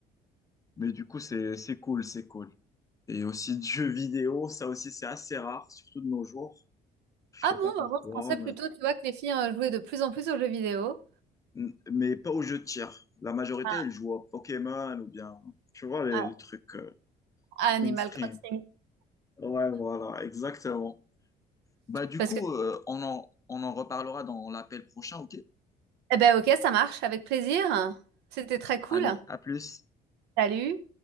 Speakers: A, on the left; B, on the right.
A: Mais du coup, c'est c'est cool, c'est cool. Et aussi de jeux vidéo, ça aussi c'est assez rare, surtout de nos jours. Je
B: Ah
A: sais pas
B: bon,
A: pourquoi,
B: bah moi, je pensais plutôt, tu vois, que les filles euh, jouaient de plus en plus aux jeux vidéo,
A: mais, mais pas aux jeux de tir. La majorité,
B: à,
A: ils jouent à Pokémon ou bien, tu vois, les,
B: à-
A: les trucs euh,
B: à Animal
A: mainstream.
B: Crossing.
A: Ouais, voilà, exactement. Bah du
B: Parce
A: coup,
B: que,
A: euh, on en, on en reparlera dans l'appel prochain, ok?
B: eh ben ok, ça marche, avec plaisir. C'était très cool.
A: Allez, à plus.
B: Salut.